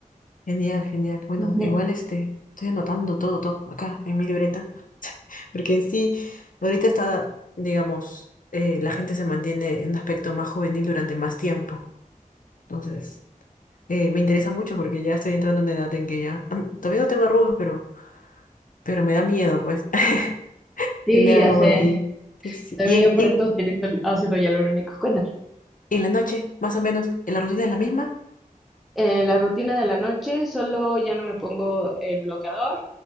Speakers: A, on the left; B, in the centre.
A: Genial, genial. Bueno,
B: Ujú.
A: igual este, estoy anotando todo, todo acá en mi libreta. Porque en sí, ahorita está, digamos, eh, la gente se mantiene en un aspecto más juvenil durante más tiempo. Entonces, eh, me interesa mucho porque ya estoy entrando en una edad en que ya, <clears throat> todavía no tengo arrugas, pero, pero me da miedo, pues, <laughs>
B: Sí,
A: tener
B: ya
A: algo
B: sé.
A: por ahí. Sí, sí, sí.
B: También
A: Y en,
B: yo por
A: y en,
B: eso utilizo el ácido hialurónico. Cuéntame.
A: y en la noche, más o menos, ¿la rutina es la misma?
B: eh, la rutina de la noche, solo ya no me pongo el bloqueador,